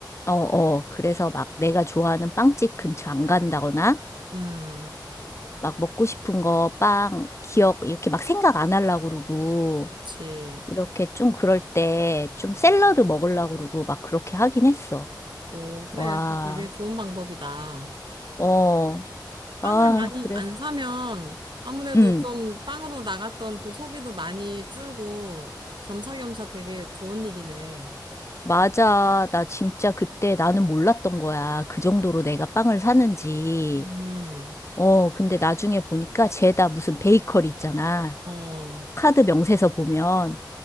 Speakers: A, on the left; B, on the right.
A: 어, 어. 그래서 막 내가 좋아하는 빵집 근처 안 간다거나
B: 음,
A: 막 먹고 싶은 거, 빵, 기억 이렇게 막 생각 안 하려고 그러고
B: 그치.
A: 이렇게 좀 그럴 때 좀 샐러드 먹으려고 그러고 막 그렇게 하긴 했어.
B: 어, 그래.
A: 와.
B: 그거 되게 좋은 방법이다.
A: 어.
B: 빵을
A: 아,
B: 많이
A: 그래서
B: 안 사면 아무래도
A: 음.
B: 좀 빵으로 나갔던 그 소비도 많이 줄고 겸사겸사 되게 좋은 일이네.
A: 맞아. 나 진짜 그때 나는 몰랐던 거야. 그 정도로 내가 빵을 사는지.
B: 음,
A: 어, 근데 나중에 보니까 쟤다 무슨 베이커리 있잖아.
B: 어,
A: 카드 명세서 보면.